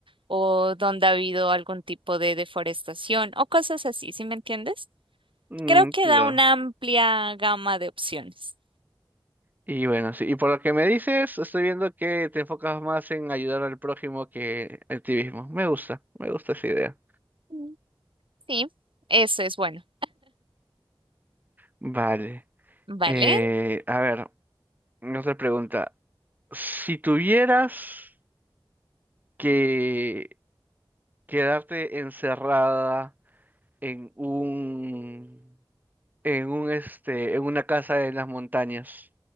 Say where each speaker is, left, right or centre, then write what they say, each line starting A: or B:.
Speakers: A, on the right (about 70°); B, on the right (about 20°).
A: o donde ha habido algún tipo de deforestación o cosas así, ¿sí me entiendes?
B: Mm,
A: Creo que
B: claro.
A: da una amplia gama de opciones.
B: Y bueno, sí. Y por lo que me dices, estoy viendo que te enfocas más en ayudar al prójimo que el activismo. Me gusta, me gusta esa idea.
A: Mm. Sí, eso es bueno.
B: Vale.
A: Vale,
B: Eh, a ver, otra pregunta. Si tuvieras que quedarte encerrada en un, en un este, en una casa en las montañas,